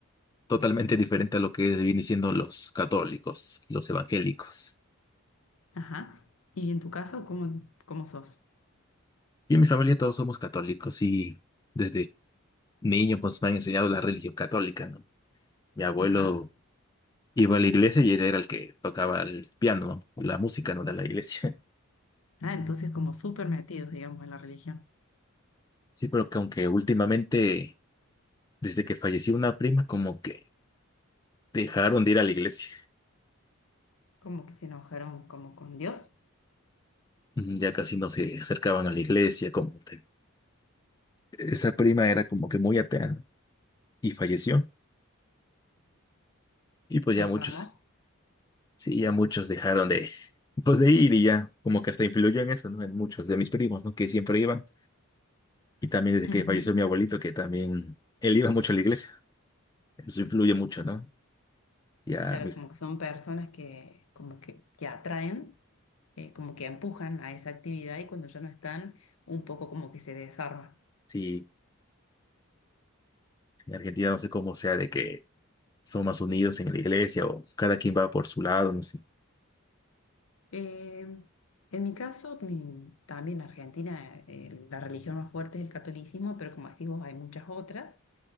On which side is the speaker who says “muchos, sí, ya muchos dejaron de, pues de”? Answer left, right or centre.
Left